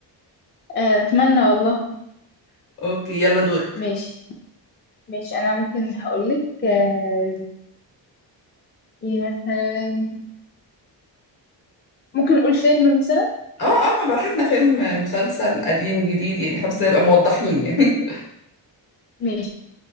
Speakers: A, on the left; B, on the left.
A: آه، اتمنى والله
B: <laughs> اوكي يلا دورك
A: ماشي ماشي انا ممكن هقول لك آه، ايه مثلا ممكن نقول فيلم مثلا
B: اه اه ما براحتنا فيلم مسلسل قديم جديد يعني احنا بس نبقى موضحين يعني <laughs>
A: ماشي